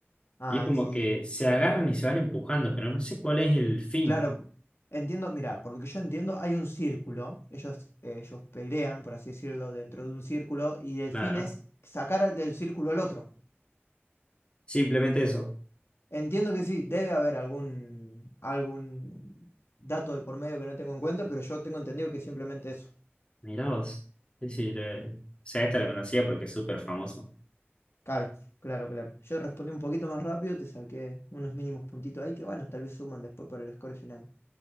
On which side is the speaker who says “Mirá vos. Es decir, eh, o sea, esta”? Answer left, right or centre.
Left